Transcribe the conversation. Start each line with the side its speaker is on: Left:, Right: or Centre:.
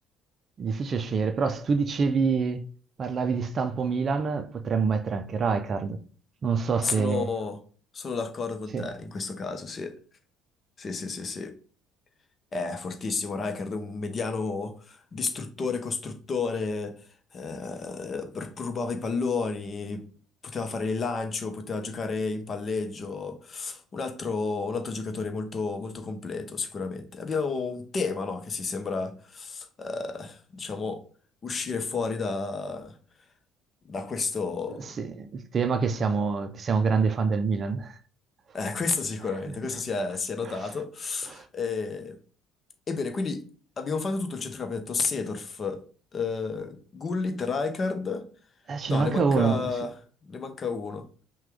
Right: è difficile scegliere, però se tu dicevi, parlavi di stampo Milan, potremmo mettere anche Rijkaard. Non so se...
Left: sono, sono d'accordo con
Right: Sì,
Left: te in questo caso, sì. Sì, sì, sì, sì. È fortissimo Rijkaard, un mediano distruttore, costruttore, eh, pr- rubava i palloni, poteva fare il lancio, poteva giocare in palleggio, un altro, un altro giocatore molto, molto completo sicuramente. Abbiamo un tema, no, che si sembra, eh, diciamo, uscire fuori da, da questo...
Right: Sì, il tema è che siamo, che siamo grandi fan del Milan.
Left: Eh, questo
Right: <laughs>
Left: sicuramente, questo si è, si è notato. Eh, ebbene, quindi abbiamo fatto tutto il centrocampo, abbiamo detto Seedorf, eh, Gullit, Rijkaard.
Right: Eh, ce
Left: No,
Right: ne manca
Left: ne manca,
Right: uno, sì,
Left: ne manca uno.